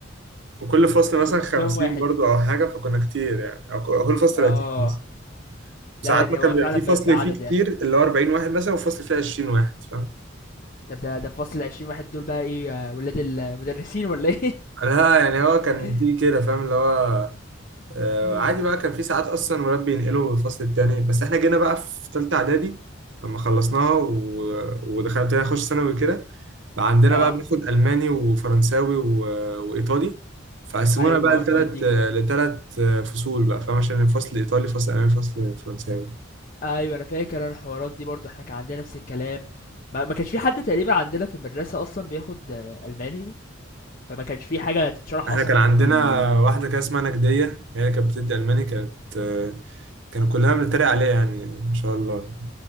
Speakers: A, on the right; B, on the left.
A: وكل فصل
B: وكنتوا
A: مثلا خمسين
B: كام واحد؟
A: برضو او حاجة فكنا كتير يعني او ك- أو كل فصل 30
B: آه،
A: مثلا
B: لأ
A: ساعات
B: يعني
A: ما كان
B: هو
A: بيبقى
B: فعلًا
A: في
B: بجد
A: فصل
B: عدد
A: فيه كتير
B: يعني،
A: اللي هو 40 واحد مثلا وفصل فيه 20 واحد فاهم
B: طب ده ده الفصل ال20 واحد دول بقى إيه آه، ولاد المدرسين والّا إيه؟
A: لا يعني هو كان
B: <laughs>
A: دي كده فاهم اللي هو آه،
B: إمم،
A: عادي بقى كان في ساعات اصلا المدرب بينقله الفصل التاني بس احنا جينا بقى في تالتة اعدادي لما خلصناها و... ودخلنا ابتدينا نخش ثانوي كده بقى عندنا
B: آه،
A: بقى بناخد الماني وفرنساوي و... وايطالي فقسمونا
B: أيوه،
A: بقى لثلاث
B: آه، المواد دي،
A: لثلاث فصول بقى فاهم عشان الفصل الايطالي فصل الماني فصل فرنساوي
B: أيوه أنا فاكر أنا الحوارات دي برضه، إحنا كان عندنا نفس الكلام، ما ما كانش في حد تقريبًا عندنا في المدرسة أصلًا بياخد آه، ألماني. فما كانش في حاجه تتشرح
A: احنا
B: اصلا
A: كان
B: يعني
A: عندنا
B: ال...
A: واحده كده اسمها نجديه هي اللي كانت بتدي الماني كانت آه، كانوا كلنا بنتريق عليها يعني ما شاء الله